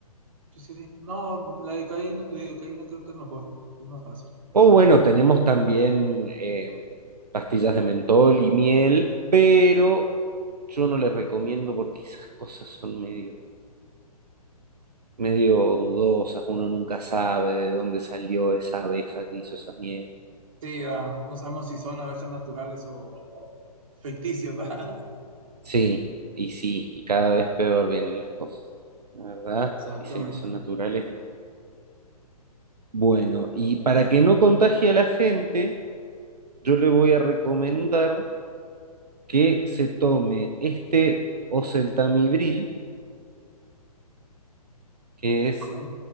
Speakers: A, on the right; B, on the right.
A: Sí, sí, sí. No, la lidocaína, la lidocaína creo que es mejor, es más fácil.
B: O bueno, tenemos también eh, pastillas de mentol y miel, pero yo no les recomiendo porque esas cosas son medio, medio dudosas, uno nunca sabe de dónde salió esa abeja que hizo esa miel.
A: Sí, ah, no sabemos si son abejas naturales o, o ficticias, ¿verdad?
B: Sí, y sí, y cada vez peor vienen las cosas. La verdad,
A: <laughs> Exactamente.
B: dicen que son naturales y bueno, y
A: Sí.
B: para que no contagie a la gente, yo le voy a recomendar que se tome este oseltamibril, que es
A: Ok,